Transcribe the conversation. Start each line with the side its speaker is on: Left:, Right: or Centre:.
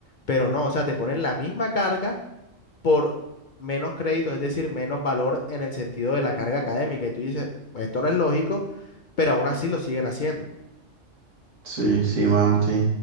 Left: Pero no, o sea, te ponen la misma carga por menos créditos, es decir, menos valor en el sentido de la carga académica. Y tú dices, "Pues esto no es lógico, pero aún así lo siguen haciendo.
Right: Sí, sí, mano, sí.